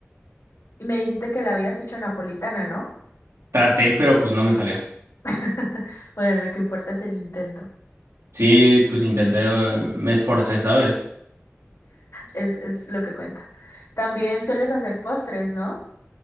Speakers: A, on the left; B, on the right.
A: Y me dijiste que la habías hecho napolitana, ¿no?
B: Traté, pero pues no me salió.
A: <laughs> Bueno, lo que importa es el intento.
B: Sí, pues intenté, eh, me esforcé, ¿sabes?
A: Es, es lo que cuenta. También sueles hacer postres, ¿no?